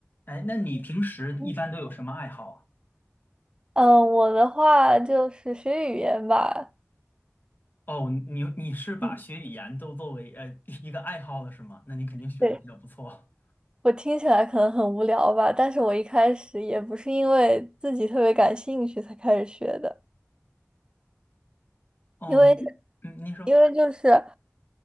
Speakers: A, on the left (about 40°); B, on the right (about 20°).
A: 哎，那你平时一般都有什么爱好啊？
B: 嗯，呃我的话就是学语言吧。
A: 哦，你你是把学语言都作为呃一个爱好了是吗？
B: 嗯，
A: 那你肯定学的比较不错。
B: 对，我听起来可能很无聊吧，但是我一开始也不是因为自己特别感兴趣才开始学的，
A: 哦，
B: 因为
A: 嗯，你说，
B: 因为就是。